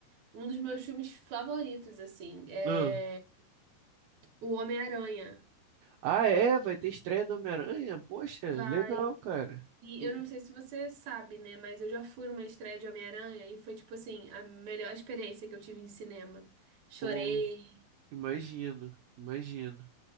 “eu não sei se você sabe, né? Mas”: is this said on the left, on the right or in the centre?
Right